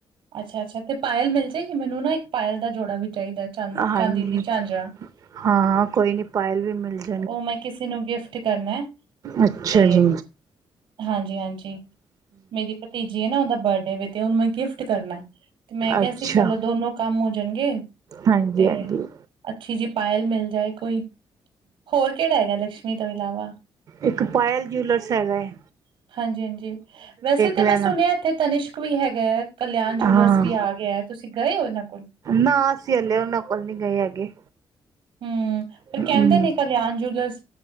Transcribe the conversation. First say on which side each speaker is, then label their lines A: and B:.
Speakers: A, on the right (about 75°); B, on the right (about 45°).
A: ਅੱਛਾ-ਅੱਛਾ ਤੇ ਪਾਇਲ ਮਿਲ ਜਾਏਗੀ ਮੈਨੂੰ ਨਾ ਇੱਕ ਪਾਇਲ ਦਾ ਜੋੜਾ ਵੀ ਚਾਹੀਦਾ। ਚਾਂ
B: ਹਾਂਜੀ
A: ਚਾਂਦੀ ਦੀ ਝਾਂਜਰਾਂ
B: ਹਾਂ ਕੋਈ ਨੀ ਪਾਇਲ ਵੀ ਮਿਲ ਜਾ।
A: ਉਹ ਮੈਂ ਕਿਸੇ ਨੂੰ ਗਿਫਟ ਕਰਨਾ,
B: ਅੱਛਾ
A: ਤੇ
B: ਜੀ
A: ਹਾਂਜੀ-ਹਾਂਜੀ, ਮੇਰੀ ਭਤੀਜੀ ਏ ਨਾ, ਉਹਦਾ ਬਡੇ ਵੇ, ਤੇ ਉਹਨੂੰ ਮੈਂ ਗਿਫਟ ਕਰਨਾ। ਤੇ ਮੈਂ ਕਿਹਾ
B: ਅੱਛਾ
A: ਸੀ ਚਲੋ ਦੋਨੋ ਕੰਮ ਹੋ ਜਾਣਗੇ,
B: ਹਾਂਜੀ
A: ਤੇ।
B: ਹਾਂਜੀ
A: ਅੱਛੀ ਜੀ ਪਾਇਲ ਮਿਲ ਜਾਏ ਕੋਈ। ਹੋਰ ਕਿਹੜਾ ਹੈਗਾ, ਲਕਸ਼ਮੀ ਤੋਂ ਇਲਾਵਾ?
B: ਇੱਕ ਪਾਇਲ ਜ- ਪਲੱਸ ਹੈਗਾ ਏ।
A: ਹਾਂਜੀ-ਹਾਂਜੀ। ਵੈਸੇ ਤਾਂ
B: ਲੈਣਾ
A: ਮੈਂ ਸੁਣਿਆ ਇੱਥੇ ਤਨਿਸ਼ਕ ਵੀ ਹੈਗਾ ਏ, ਕਲਿਆਣ
B: ਹਾਂ
A: ਜੂਲਰਸ ਵੀ ਆ ਗਿਆ, ਤੁਸੀਂ ਗਏ ਹੋ ਇਹਨਾਂ ਕੋਲ?
B: ਨਾ ਅਸੀਂ ਹਲੇ ਉਹਨਾਂ ਕੋਲ ਨੀ ਗਏ ਹੈਗੇ।
A: ਹੂੰ, ਪਰ
B: ਹਮ
A: ਕਹਿੰਦੇ ਨੇ ਕਲਿਆਣ ਜਿਉਲਰਸ